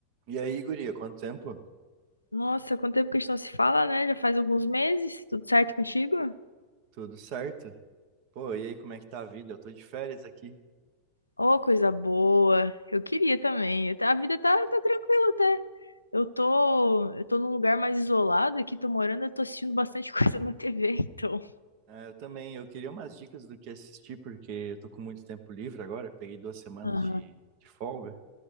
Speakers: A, on the right; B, on the left.
A: E aí, guria, quanto tempo?
B: Nossa, quanto tempo que a gente não se fala, né? Já faz alguns meses. Tudo certo contigo?
A: Tudo certo? Pô, e aí, como é que tá a vida? Eu tô de férias aqui.
B: Ô, coisa boa. Eu queria também. Eu tá- A vida tá, tá tranquila até. Eu tô, eu tô num lugar mais isolado aqui, tô morando, eu tô assistindo bastante <laughs> coisa na TV, então.
A: Ah, eu também, eu queria umas dicas do que assistir, porque eu tô com muito tempo livre agora, peguei duas semanas
B: Aham,
A: de, de folga,